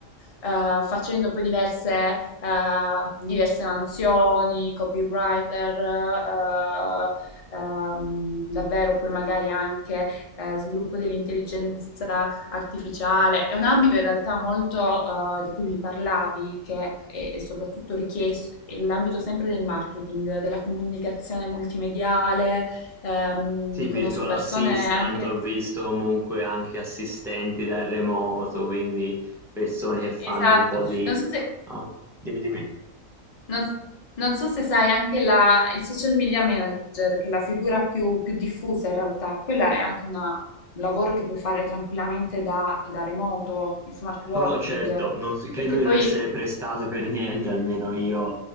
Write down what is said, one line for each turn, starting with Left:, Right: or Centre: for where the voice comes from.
Left: eh, facendo poi diverse, ehm, diverse mansioni, copywriter, eh, ehm, davvero poi magari anche eh, sviluppo dell'intelligenza artificiale. È un ambito in realtà molto eh, di cui mi parlavi, che è, è soprattutto richiesto, è l'ambito sempre del marketing, della comunicazione multimediale. Ehm,
Centre: Sì, virtual
Left: conosco persone
Centre: assistant,
Left: anche...
Centre: ho
Left: non
Centre: visto
Left: so-
Centre: comunque anche assistenti dal remoto, quindi persone che fanno
Left: Esatto,
Centre: un po' di...
Left: non so se...
Centre: no, dimmi di me.
Left: non- non so se sai anche la- il social media manager, che è la figura più, più diffusa in realtà, quella è anche una- un lavoro che puoi fare tranquillamente da, da remoto, in smart working,
Centre: No, no, certo, non s- credo
Left: perché
Centre: di
Left: poi...
Centre: non essere prestato per niente, almeno io,